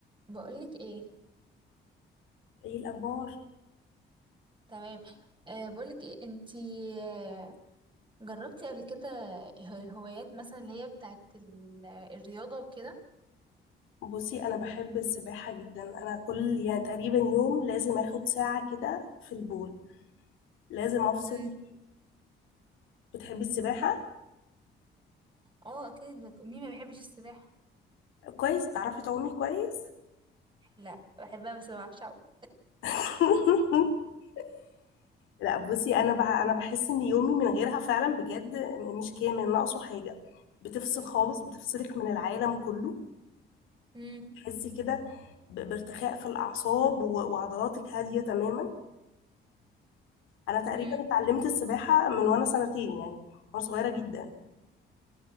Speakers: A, on the right; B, on the left.
A: بقولك ايه
B: ايه الاخبار
A: تمام أه بقولك ايه انتي آه، جربتي قبل كده هو- هوايات مثلا اللي هي بتاعت ال- الرياضة وكده
B: بصي انا بحب السباحه جدا انا كل يعني تقريبا يوم لازم اخد ساعه كده في البول لازم افصل
A: امم
B: فيه. بتحبي السباحه
A: اه اكيد بك- مين ما بيحبش السباحة
B: كويس بتعرفي تعومي كويس
A: لا بحبها بس ما بعرفش اعوم
B: <laughs> لا بصي انا بح انا بحس ان يومي من غيرها فعلا بجد م- مش كامل ناقصه حاجه بتفصل خالص بتفصلك من العالم كله
A: امم
B: تحسي كده ب- بارتخاء في الاعصاب و- وعضلاتك هاديه تماما انا تقريبا
A: امم
B: اتعلمت السباحه من وانا سنتين يعني وانا صغيره جدا